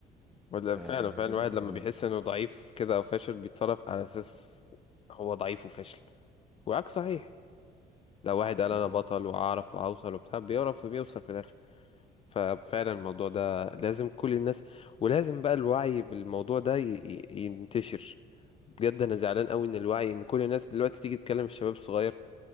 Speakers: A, on the left; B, in the centre.
A: ولا
B: فدي
A: فعلا فعلا الواحد
B: نقطة
A: لما
B: قوية
A: بيحس انه ضعيف كده او فاشل بيتصرف على اساس هو ضعيف وفاشل والعكس صحيح لو واحد
B: بالظبط
A: قال انا بطل واعرف واوصل وبتاع بيعرف وبيوصل في الاخر ففعلا الموضوع ده لازم كل الناس ولازم بقى الوعي بالموضوع ده ي- ي- ينتشر بجد انا زعلان قوي ان الوعي ان كل الناس دلوقتي تيجي تكلم الشباب الصغير